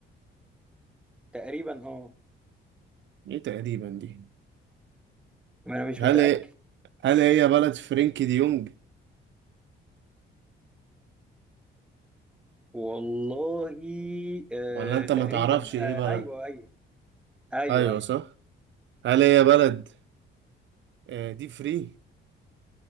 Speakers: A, in the centre; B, on the right.
A: تقريبا اه
B: ايه تقريبا دي
A: ما انا مش
B: هل
A: متأكد
B: هل هي بلد فرينكي دي يونج
A: والله آه
B: ولا انت
A: تقريبا
B: ما تعرفش ايه
A: آه
B: بلد
A: ايوه ايوه ايوه
B: ايوه
A: ايوه
B: صح هل هي بلد آه، دي فري